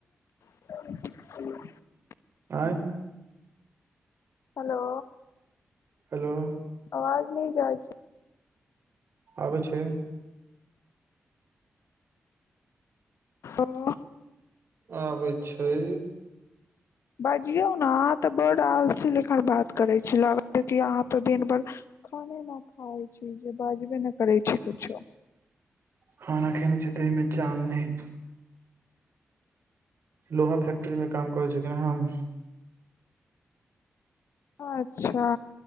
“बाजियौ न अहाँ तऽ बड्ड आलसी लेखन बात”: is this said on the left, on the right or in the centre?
Left